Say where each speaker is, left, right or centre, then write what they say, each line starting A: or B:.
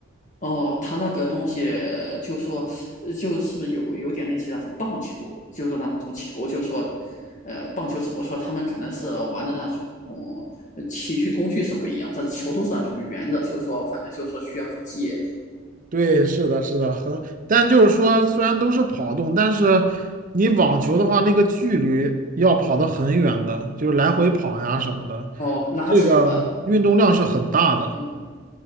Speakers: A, on the left; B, on the right.
A: 哦，他那个东西就说，呃就是不是有有点类似于那种棒球，就是那种球，就是说，呃，棒球只不过说他们可能是玩的那种。呃，器具工具是不一样，但是球都是那种圆的，就是说，反正就是说需要去借
B: 对，是的，是的，很，但就是说，虽然都是跑动，但是你网球的话，那个距离要跑得很远的，就是来回跑呀什么的，
A: 哦，拉扯，
B: 这个运动量是很大的。
A: 嗯，